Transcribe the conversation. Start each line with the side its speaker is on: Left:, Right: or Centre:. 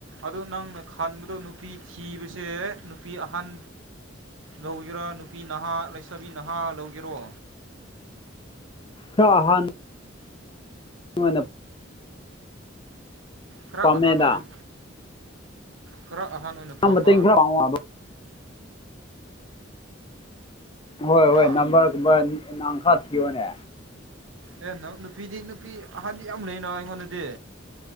Right: ꯑꯗꯨ ꯅꯪꯅ ꯈꯟꯕꯗꯣ ꯅꯨꯄꯤ ꯊꯤꯕꯁꯦ ꯅꯨꯄꯤ ꯑꯍꯟ ꯂꯧꯒꯦꯔꯥ ꯅꯨꯄꯤ ꯅꯍꯥ ꯂꯩꯁꯕꯤ ꯅꯍꯥ ꯂꯧꯒꯦꯔꯣ
Left: ꯍ ꯍ <unintelligible>
Right: ꯐꯔꯛ
Left: ꯄꯥꯝꯃꯦꯗ
Right: ꯑꯍꯥꯟꯅꯣꯏ ꯈꯔ ꯑꯍꯥꯟ ꯑꯣꯏꯅ
Left: ꯅꯪ
Right: ꯄꯥꯝꯕ
Left: ꯃꯇꯦꯡ ꯈꯔ ꯄꯥꯡꯉꯣ ꯑꯗꯣ ꯍꯣꯏ
Right: ꯍꯥ
Left: ꯍꯣꯏ ꯅꯝꯕꯔꯒꯨꯝꯕ ꯅꯪꯈꯥ ꯊꯤꯌꯣꯅꯦ
Right: ꯑꯦ ꯅ ꯅꯨꯄꯤꯗꯤ ꯅꯨꯄꯤ ꯑꯍꯥꯟꯕꯗꯤ ꯌꯥꯝ ꯂꯩꯔꯤꯅꯣ ꯑꯩꯉꯣꯟꯗꯗꯤ